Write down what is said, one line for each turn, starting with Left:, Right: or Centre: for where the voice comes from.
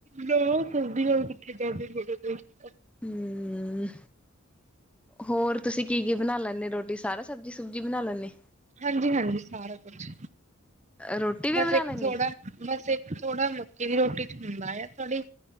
Right: ਨਾ, ਸਰਦੀਆਂ ਨੂੰ ਕਿੱਥੇ ਜਾਂਦੇ <unintelligible>
Centre: ਹੂੰ। ਹੋਰ ਤੁਸੀਂ ਕੀ-ਕੀ ਬਣਾ ਲੈਂਦੇ ਰੋਟੀ ਸਾਰਾ ਸਬਜ਼ੀ ਸੁਬਜੀ ਬਣਾ ਲੈਂਦੇ।
Right: ਹਾਂਜੀ-ਹਾਂਜੀ, ਸਾਰਾ ਕੁਛ
Centre: ਰੋਟੀ ਵੀ
Right: ਬਸ
Centre: ਬਣਾ
Right: ਇੱਕ
Centre: ਲੈਂਦੇ
Right: ਥੋੜਾ ਬਸ ਇੱਕ ਥੋੜਾ ਮੱਕੀ ਦੀ ਰੋਟੀ ਚ ਹੁੰਦਾ ਆ ਥੋੜੀ